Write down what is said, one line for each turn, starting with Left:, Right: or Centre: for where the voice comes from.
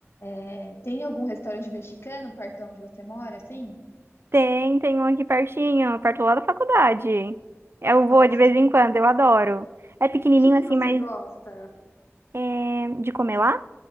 Left: É, tem algum restaurante mexicano perto de onde você mora, assim?
Right: Tem, tem um aqui pertinho, perto lá da faculdade. Eu
Left: Então,
Right: vou
Left: assim,
Right: de vez em quando, eu adoro. É pequenininho
Left: o que que
Right: assim,
Left: você
Right: mas
Left: gosta?
Right: é de comer lá?